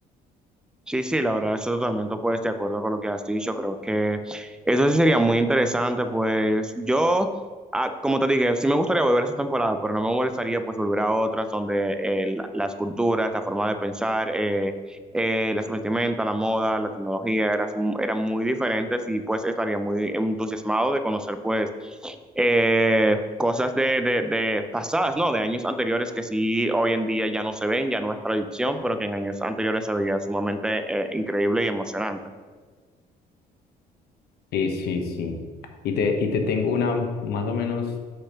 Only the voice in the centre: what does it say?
Sí, sí, la verdad, eso totalmente, pues, de acuerdo con lo que has dicho. Creo que eso sí sería muy interesante, pues, yo, ah, como te dije, sí me gustaría volver a esa temporada, pero no me molestaría, pues, volver a otras donde eh, la- las culturas, la forma de pensar, eh, eh, las vestimentas, la moda, la tecnología eran, eran muy diferentes y pues estaría muy entusiasmado de conocer pues eh, cosas de, de, de pasadas, ¿no? De años anteriores que sí hoy en día ya no se ven, ya no es tradición, pero que en años anteriores se veía sumamente eh, increíble y emocionante.